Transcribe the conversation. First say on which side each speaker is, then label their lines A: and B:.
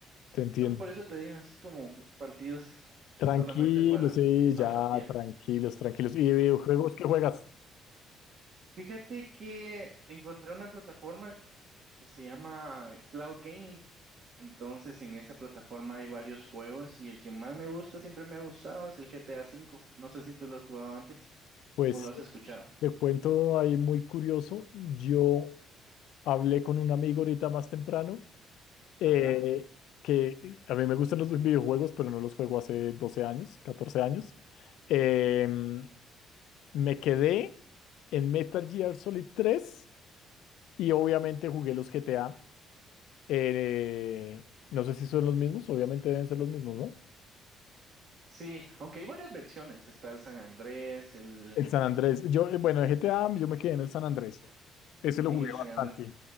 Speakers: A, on the left; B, on the right.
A: te entiendo.
B: Solo por eso te digo, es como partidos
A: Tranquilos,
B: solamente para
A: sí,
B: zapatear.
A: ya, tranquilos, tranquilos. ¿Y de videojuegos qué juegas?
B: Fíjate que encontré una plataforma que se llama Cloud Gaming. Entonces, en esa plataforma hay varios juegos y el que más me gusta, siempre me ha gustado, es el GTA cinco No sé si tú lo has jugado antes
A: Pues
B: o lo has escuchado.
A: te cuento ahí muy curioso. Yo hablé con un amigo ahorita más temprano, eh,
B: Ajá.
A: que a mí me gustan los videojuegos, pero no los juego hace 12 años, 14 años. Em, me quedé en Metal Gear Solid tres y obviamente jugué los GTA. Eh, no sé si son los mismos, obviamente deben ser los mismos, ¿no?
B: Sí, aunque hay varias versiones. Está el San Andrés, el
A: El San Andrés. Yo, eh, bueno, de GTA, yo me quedé en el San Andrés. Ese lo
B: en
A: jugué
B: el San
A: bastante.
B: Andrés.